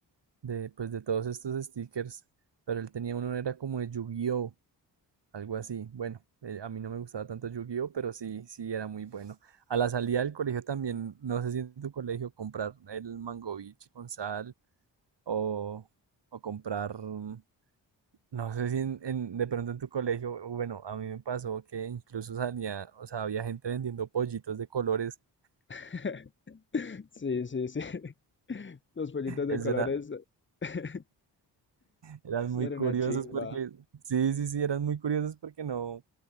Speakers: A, on the right; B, on the left.
A: de, pues, de todos estos stickers, pero él tenía uno, era como de Yu-Gi-Oh, algo así. Bueno, eh, a mí no me gustaba tanto Yu-Gi-Oh, pero sí, sí, era muy bueno. A la salida del colegio también, no sé si en tu colegio comprar el Mangovich con sal o, o comprar mm, no sé si en, en- de pronto en tu colegio, o bueno, a mí me pasó que incluso salía, o sea, había gente vendiendo pollitos de colores.
B: <laughs> Sí, sí, sí. <laughs> Los pollitos de
A: Eso
B: colores.
A: era,
B: <laughs>
A: eran muy
B: Ser
A: curiosos
B: una chimba.
A: <laughs> porque, sí, sí, sí, eran muy curiosos porque no,